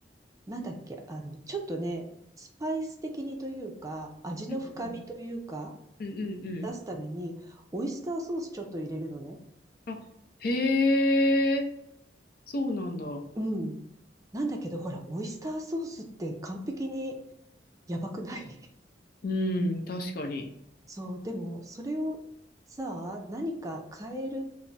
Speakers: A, on the right (about 20°); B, on the left (about 55°).
A: なんだっけ、あの、ちょっとね、スパイス的にというか、味の深みというか、
B: うんうんうん。うんうんうん。
A: 出すために、オイスターソースちょっと入れるのね。
B: あ、へえ、そうなんだ。
A: うん。なんだけど、ほら、オイスターソースって完璧にやばくない
B: うん、確かに。
A: そう、でも、それをさあ、何か変える、